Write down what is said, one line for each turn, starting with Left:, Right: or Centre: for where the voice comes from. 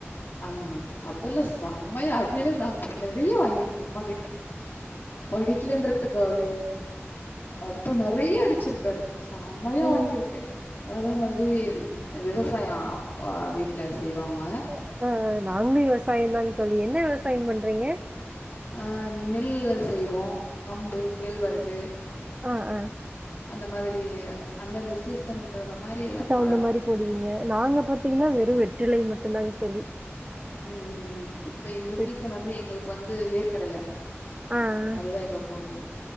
Left: அ அதெல்லா செம்மையா அடியிலா நா அப்புற நறைய வாங்கிருக்கே அப்பா கிட்ட படிக்கலன்றதுக்காக அப்ப நறைய அடிச்சிருக்காரு சம்மையா
Right: ம்
Left: வாங்கிருக் கே அதே மாதிரி விவசாயோ அப்பா வீட்ல செய்வாங்க
Right: அ அ நாங்களு விவசாயோ தா தோழி என்ன விவசாயோ பண்றீங்க
Left: அஆ நெல்ல செய்வோம் கம்பு கேழ்வரகு
Right: அ அ
Left: அந்த மாதிரி அந்தந்த சீசனுக்கு தகுந்த மாரி அப்ப
Right: தகுந்த மாதிரி போடுவீங்க நாங்க பாத்தீங்ன்னா
Left: ஆமா.
Right: வெறும் வெற்றிலை மட்டுந்தாங் தோழி
Left: ம் ம் ம் இப்ப இந்த
Right: வெட்
Left: சீசன் வந்து எங்களுக்கு வந்து வேர்க்கடல
Right: ஆ ஆ
Left: அதுதா இப்ப போடுவோ